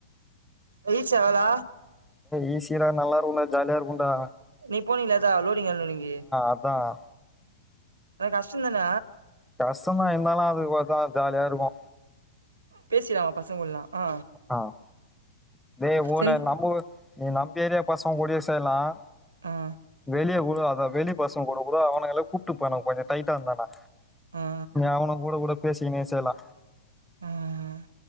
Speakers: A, on the right; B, in the centre.
A: ரீச் ஆவலா
B: இசி சீனா நல்லா இருக்கும்ண்டா ஜாலியா இருக்கும்ண்டா
A: நீ போனீங்களாதா லோடிங்கன்னோனிகி
B: அதான்
A: ஆனா கஷ்டந்தான
B: கஷ்டம்தான் இருந்தாலும் அதுக்கு பாத்தா ஜாலியா இருக்கு
A: பேசிடாமா பசங்கூடலா ஆ
B: ஆஹ் தே ஊன
A: செஞ்
B: நம்ப ஊரு நீ நம் ஏரியா பசங்க கூடிய சுத்தி செய்யலாம்
A: ஆ
B: வெளியே கூட அத வெளி பசங் கூட கூட அவனுங்க கூப்ட்டு போன கொஞ்ச டைட்டா வந்தானா
A: ஆ
B: நீ அவனும் கூட கூட பேசிகினே செய்யலாம்
A: உஹ்